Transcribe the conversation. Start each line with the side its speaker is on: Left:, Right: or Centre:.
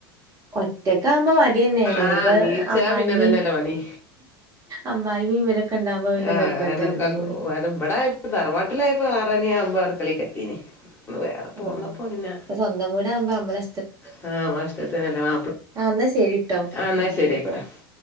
Right: ഒറ്റക്ക ആവുമ്പോ മടി അന്നെയാണ്
Left: ആഹ്
Right: ഇത്പൊഅമ്മായിമ
Left: നീച്ചാ പിന്നെ ഇതന്നെല്ലേ പണി
Right: അമ്മായമ്മ ഇവരൊക്കെ. ഒക്കെ ഉണ്ടാവുമ്പോ പിന്നെ
Left: ആഹ്
Right: നിർബന്ധല്ലേ
Left: കാരണം കാരണം
Right: പോണി.
Left: ഇവിടായപ്പോ തറവാട്ടിലായപ്പോ ആറണി ആവുമ്പോ അടുക്കളിക്ക് എത്തിന്. വേറെ പോന്നപ്പോ
Right: ആഹ്
Left: പിന്നെ
Right: ഇപ്പൊ സ്വന്തം വീടാവുമ്പോ നമ്മളെ
Left: ആ നമ്മളെ ഇഷ്ടത്തിന് അല്ലേ. മ
Right: ആ എന്നാ ശരിട്ടോ.
Left: ആന
Right: ആഹ്
Left: ശരി
Right: ഇന്നാ ആയിക്കോട്ടെ
Left: ആയിക്കോട്ടൊ